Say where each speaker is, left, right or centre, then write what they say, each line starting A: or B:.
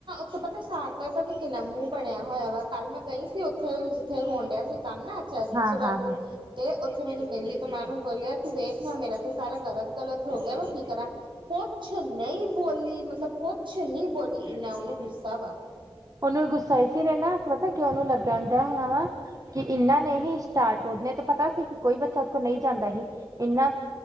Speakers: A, on the right; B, on the right.
A: ਓਤੋਂ ਪਤਾ ਸ਼ਾਰਦ ਸਾਹਿਬ ਕਿੰਨਾ ਮੂੰਹ ਬਣਿਆ ਹੋਇਆ ਵਾ, ਕੱਲ੍ਹ ਮੈਂ ਗਈ ਸੀ ਉੱਥੇ, ਜਿੱਥੇ ਹੋਣ ਡਿਆ ਸੀ ਕੰਮ ਨਾ। ਚਾਚੇ
B: ਹਾਂ
A: ਵੱਲ
B: ਹਾਂ ਹਾਂ
A: ਤੇ ਉੱਥੇ ਮੈਨੂੰ ਮਿਲੀ ਤੇ ਮੈਂ ਓਨੂੰ ਬੋਲਿਆਂ ਕਿ ਵੇਖ ਨਾ ਮੇਰਾ ਤੂੰ ਸਾਰਾ ਗਲ ਗਲਤ ਹੋ ਗਿਆ ਵਾ, ਕੀ ਕਰਾ? ਕੁੱਛ ਨਹੀਂ ਬੋਲੀ, ਮਤਲਬ ਕੁੱਛ ਨਹੀਂ ਬੋਲੀ, ਇੰਨ੍ਹਾਂ ਉਹਨੂੰ ਗੁੱਸਾ ਵਾ।
B: ਓਨੂੰ ਗੁੱਸਾ ਐ ਹੀ ਸੀ ਰਹਿਣਾ ਪਤਾ ਕਿ ਉਹਨੂੰ ਲੱਗਣ ਡਿਆ ਵਾ ਹੋਣਾ ਵਾਂ ਕਿ ਇਨ੍ਹਾਂ ਨੇ ਹੀ ਸਟਾਰਟ, ਓਨੇ ਤੇ ਪਤਾ ਸੀ ਕਿ ਕੋਈ ਬੱਚਾ ਓਦੇ ਕੋਲ ਨਹੀਂ ਜਾਂਦਾ ਸੀ। ਇੰਨ੍ਹਾਂ,